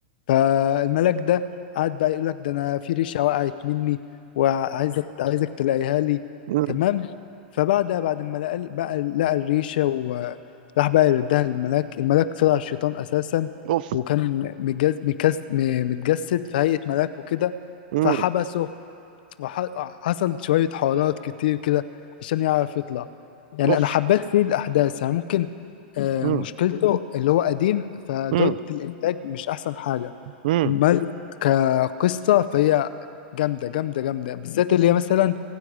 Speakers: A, on the left (about 60°); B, on the right (about 55°).
A: فالملاك ده قعد بقى يقول لك ده انا في ريشه وقعت مني وعايزك عايزك تلاقيها لي
B: أمم.
A: تمام فبعد بعد ما لقى بقى لقى الريشه وراح بقى يردها للملاك الملاك طلع الشيطان اساسا
B: اوف
A: وكان متجس متجس متجسد في هيئه ملاك وكده
B: امم
A: فحبسه وحصل شويه حوارات كتير كده عشان يعرف يطلع يعني
B: اوف
A: انا حبيت فيه الاحداث يعني ممكن آه،
B: امم
A: مشكلته اللي هو قديم فجوده
B: امم
A: الانتاج مش احسن حاجه
B: امم
A: امال كقصه فهي جامده جامده جامده بالذات اللي هي مثلا